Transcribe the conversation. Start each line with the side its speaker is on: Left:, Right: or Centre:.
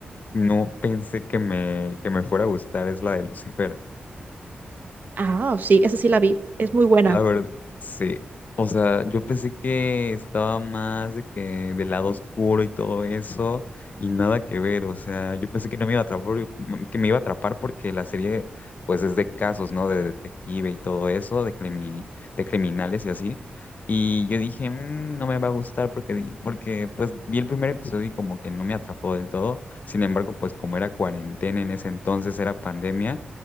Left: no pensé que me, que me fuera a gustar es la de Lucifer.
Right: Ah, sí, esa sí la vi, es muy buena.
Left: La verdad, sí. O sea, yo pensé que estaba más de que del lado oscuro y todo eso, y nada que ver. O sea, yo pensé que no me iba a atrapar, que me iba a atrapar porque la serie, pues, es de casos, ¿no? De detective y todo eso, de crimi- de criminales y así. Y yo dije, "Mm, no me va a gustar porque, di- porque, pues, vi el primer episodio y como que no me atrapó del todo. Sin embargo, pues, como era cuarentena en ese entonces, era pandemia